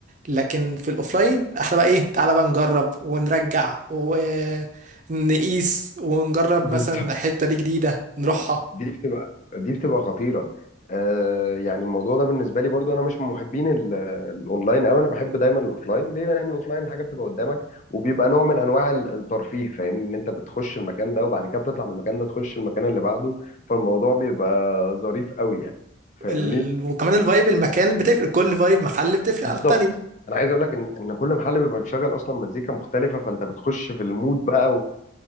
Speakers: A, on the right (about 40°); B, on the left (about 35°).
A: لكن في الاوفلاين احنا بقى ايه تعالى بقى نجرب ونرجع ونقيس ونجرب
B: <laughs> بالظبط
A: مثلا حتة دي جديدة نروحها
B: دي بتبقى دي بتبقى خطيرة آه يعني الموضوع ده بالنسبة لي برضو أنا مش من محبين ال- الأونلاين أوي أنا بحب دايما الأوفلاين ليه؟ لأن الأوفلاين الحاجة بتبقى قدامك وبيبقى نوع من أنواع ال- الترفيه فاهمني إن أنت بتخش المكان ده وبعد كده بتطلع من المكان ده تخش المكان اللي بعده فالموضوع بيبقى ظريف أوي يعني فاهمني؟
A: ال... وكمان الفايب المكان بتفرق كل فايب محل بتفرق
B: بالظبط
A: عن التانية
B: أنا عايز أقول لك إن إن كل محل بيبقى مشغل أصلا مزيكا مختلفة فأنت بتخش في المود بقى